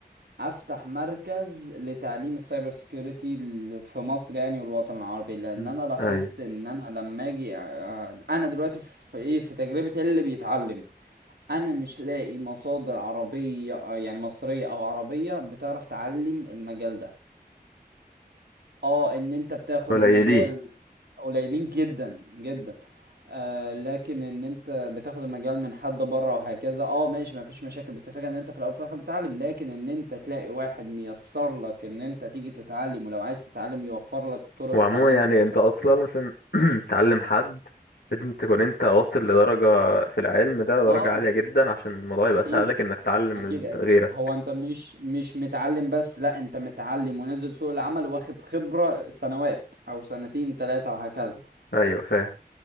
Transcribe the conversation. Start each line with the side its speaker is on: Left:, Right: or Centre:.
Right: افتح مركز لتعليم السايبر سيكيورتي ال- في مصر يعني والوطن العربي لان
Left: أمم.
Right: انا لاحظت
Left: ايوه
Right: ان انا لما اجي آه، انا دلوقتي في ايه في تجربه اللي بيتعلم انا مش لاقي مصادر عربية آه، يعني مصرية او عربية بتعرف تعلم المجال ده اه ان انت بتاخد
Left: قليلين
Right: المجال قليلين جدا جدا آه لكن ان انت بتاخد المجال من حد بره وهكذا اه ماشي ما فيش مشاكل بس الفكره ان انت في الاول وفي الاخر بتتعلم لكن ان انت تلاقي واحد ميسر لك ان انت تيجي تتعلم ولو عايز تتعلم يوفر لك طرق
Left: وعموما
Right: التعليم
Left: يعني
Right: ويوفر
Left: انت
Right: لك
Left: اصلا
Right: الحلول.
Left: عشان <clears throat> تعلم حد لازم تكون انت واصل لدرجة في العلم ده درجة
Right: اه
Left: عالية جدا عشان الموضوع
Right: اكيد
Left: يبقى سهل لك انك تعلم
Right: اكيد
Left: ال-
Right: أكيد.
Left: غيرك
Right: هو انت مش مش متعلم بس لا انت متعلم ونزل سوق العمل واخد خبرة سنوات او سنتين ثلاثة وهكذا
Left: ايوه فاهم